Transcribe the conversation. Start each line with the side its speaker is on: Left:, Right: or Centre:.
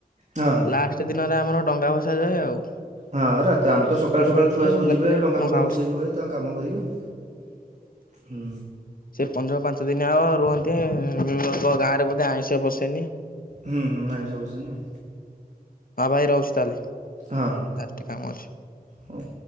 Right: ହଁ ହଁ।
Left: ଲାଷ୍ଟ୍ ଦିନରେ ଆମର ଡଙ୍ଗା ଭସା ଯାଏ ଆଉ।
Right: ହଁ ରାତି ଆମର ତ ସକାଳୁ ସକାଳୁ
Left: ଜାଣିଛ
Right: ଛୁଆ ସବୁ
Left: ରାତିରେ
Right: ଯିବେ ଡଙ୍ଗା
Left: ନଙ୍କା
Right: ଫଙ୍ଗା
Left: ହୁଁ।
Right: ଭସେଇ ଭୁସା କି ତାଙ୍କ କାମ କରିବେ ଆଉ। ହୁଁ।
Left: ସେ ପନ୍ଦର -ପାଞ୍ଚ ଦିନ ଆଉ ରୁହନ୍ତି ଗାଁ ରେ ବୋଧେ ଆଇଁଷ ପସେନି
Right: ହୁଁ -ହୁଁ ଆଇଁଷ ପସେନି ଆଉ
Left: ଆଉ ଭାଇ ରହୁଚି ତାହେଲେ।
Right: ହଁ- ହଁ।
Left: ରଟେ କାମ ଅଛି।
Right: ହଉ।